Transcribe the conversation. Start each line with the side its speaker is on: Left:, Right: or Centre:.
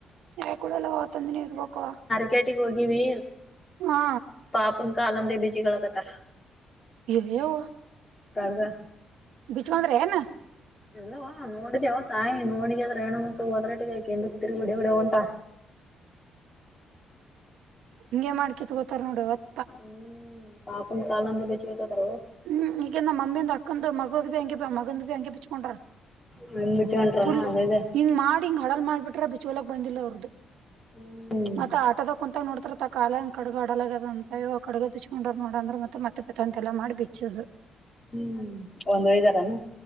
Right: ಯ ಕೂಡ ಎಲ್ಲ ಅವತ್ತೊಂದಿನೇ ಇರ್ಬೇಕು
Left: ಕೇಟಿಗೆ ಹೋಗಿವಿ
Right: ಹಾ
Left: ಪಾಪುನ್ ಕಾಲಂದೆ ಬಿೀಜಿಗಳು ಹಕತ್ತಾರ
Right: ಇದೋ
Left: ಕಡ್ಗ
Right: ಬಿಚೋಂದ್ರೆ ನ
Left: ಇಲ್ಲವಾ ನೋಡಿದವ ತಾಯಿ ನೋಡಗ ಅದ್ರೆ ಹೆಣ್ಣ ಮುಕ್ಳು ಹೋದ್ರಾಟಗಕಂದ ತಿರಿಗಡಿ ಹೊಡಿವಂಟ
Right: ಹಿಂಗ ಮಾಡಕಿತ್ ಗೊತಾರ ನೋಡುವತ್
Left: ಹ್ಮ್ ಬಾಪು ಕನಂದ ಬಚಬೇಕತವ
Right: ಹ್ಮ್ ಈಗಂದ ಮಮ್ಮಿ ಒಂದು ಅಕ್ಕಂದು ಮಗಗಳು ಬಿಯಾಂಗೆ ಮಗನ್ ಭ್ಯಾಂಗೆಚ್ಕೊಂಡ್ರ
Left: ಹೆಂಗ್ ಬಿಚ್ಕೊಂಟ್ರನ
Right: ಪುಲ್
Left: ಅದೇದೆ
Right: ಹಿಂಗ ಮಾಡಿ ಹಿಂಗ್ ಹಡರ್ ಮಾಡಬಿಟ್ಟ ಬಿೋಲಕ್ ಬಂದಿಲ್ಲ ಅವ್ರದದುು
Left: ಹ್ಮ್
Right: ಮತ್ತ ಆಟೋದ ಕುಂತಾಗ ನೋಡ್ತಾರ ತಾ ಕಾಲ ಕಡಗ ಆಡಲ ಅದ ಅಂತ ಕಡೆಗೆ ಬಿಚ್ಕೊಂಡ್ ನೋಡಂದ್ರ ಮತ್ತ ಮತ್ತೆ ಅಂತೆ ಎಲ್ಲ ಮಾಡ ಬಿ ಚ
Left: ಹ್ಮ್ ಒಂದ್ ವೈದಾರಾನ